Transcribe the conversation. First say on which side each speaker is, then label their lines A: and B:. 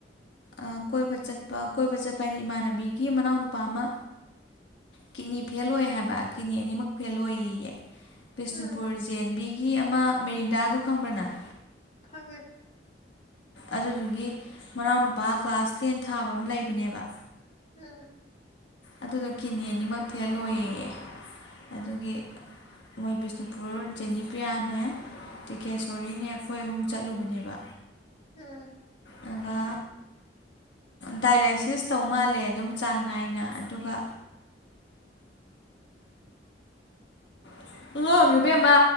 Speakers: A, on the left; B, on the left.
A: ꯑ ꯀꯣꯏꯕ ꯆꯠꯄ ꯀꯣꯏꯕ ꯆꯠꯄ ꯍꯥꯏꯗꯤ ꯏꯃꯥꯟꯅꯕꯤꯒꯤ ꯃꯅꯥꯎ ꯅꯨꯄꯥ ꯑꯃ ꯀꯤꯗꯅꯤ ꯐꯦꯜ ꯑꯣꯏ ꯍꯥꯏꯕ꯫ ꯀꯤꯗꯅꯤ ꯑꯅꯤꯃꯛ ꯐꯦꯜ ꯑꯣꯏꯌꯦꯌꯦ ꯕꯤꯁꯅꯨꯄꯨꯔ
B: ꯎꯝ
A: ꯖꯦꯟꯕꯤꯒꯤ ꯑꯃ ꯃꯦꯔꯤꯟꯗꯥꯗꯣ ꯈꯪꯕꯔ ꯅꯪ
B: ꯈꯪꯉꯦ꯫
A: ꯑꯗꯨꯗꯨꯒꯤ ꯃꯅꯥꯎꯅꯨꯞ ꯄꯥ ꯀ꯭ꯂꯥꯁ ꯇꯦꯟ ꯊꯥꯕ ꯑꯃ ꯂꯩꯕꯅꯦꯕ꯫
B: ꯑꯥ
A: ꯑꯗꯨꯗꯣ ꯀꯤꯅꯤ ꯑꯅꯤꯃꯛ ꯐꯦꯜ ꯑꯣꯏꯌꯦꯌꯦ꯫ ꯑꯗꯨꯒꯤ ꯃꯣꯏ ꯕꯤꯁꯅꯨ <unintelligible> ꯅꯦ ꯇꯤꯀꯦꯁꯣꯔꯤꯅꯦ ꯑꯩꯈꯣꯏ ꯑꯍꯨꯝ ꯆꯠꯂꯨꯕꯅꯦꯕ꯫
B: ꯎꯝ
A: ꯑꯗꯨꯒ ꯗꯥꯏꯂꯥꯏꯁꯤꯁ ꯇꯧ ꯃꯥꯜꯂꯦ ꯑꯗꯨꯝ ꯆꯥꯡ ꯅꯥꯏꯅ ꯑꯗꯨꯒ <unintelligible> ꯏꯕꯦꯃꯥ